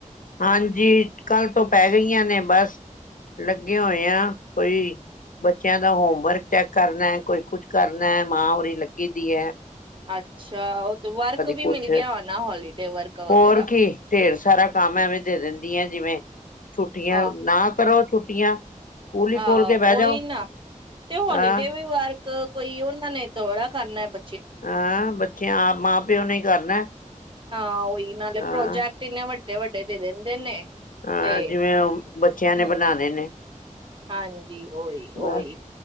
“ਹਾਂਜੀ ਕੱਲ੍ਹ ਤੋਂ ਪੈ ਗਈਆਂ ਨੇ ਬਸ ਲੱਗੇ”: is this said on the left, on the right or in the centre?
Left